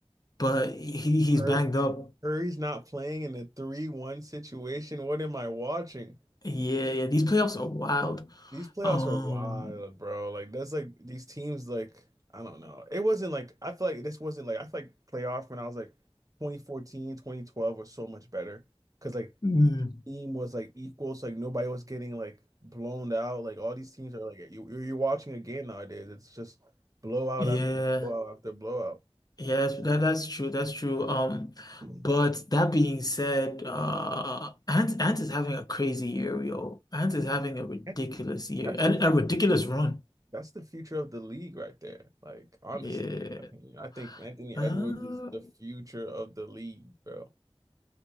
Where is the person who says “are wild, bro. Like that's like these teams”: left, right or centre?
Right